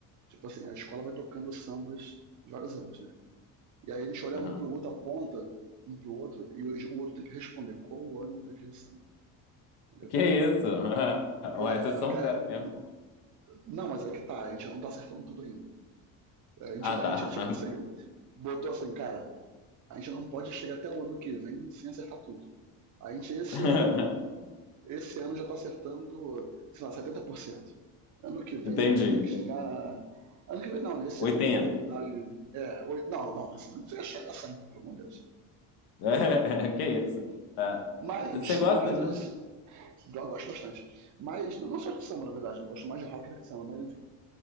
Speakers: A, on the right; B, on the left.
A: tipo assim, a escola vai tocando sambas de vários anos, né? E aí a gente olha
B: Aham.
A: um pro outro, aponta um pro outro, e o outro tem que responder qual o ânimo daquele samba, entendeu?
B: Que isso? <laughs>
A: E,
B: Ué,
A: é,
B: vocês são
A: cara,
B: fera mesmo.
A: não, mas é que tá, a gente não tá acertando tudo ainda. É, A gente,
B: Ah,
A: a
B: tá.
A: gente, tipo assim, botou assim, cara, a gente não pode chegar até o ano que vem sem acertar tudo. A gente, esse
B: <laughs>
A: ano, esse ano já tá acertando, sei lá, setenta por cento Ano que vem
B: Entendi,
A: a gente tem
B: entendi.
A: que chegar. Ano que vem não, né? Esse
B: 80.
A: ano quando eu voltar. É, oito- não, não, esse ano chega a 100, pelo amor de Deus.
B: É, <laughs> que isso? Ah,
A: Mas,
B: você gosta,
A: mas
B: então?
A: a gente- Eu gosto bastante. Mas não só de samba, na verdade, eu gosto mais de rock do que de samba, mas enfim.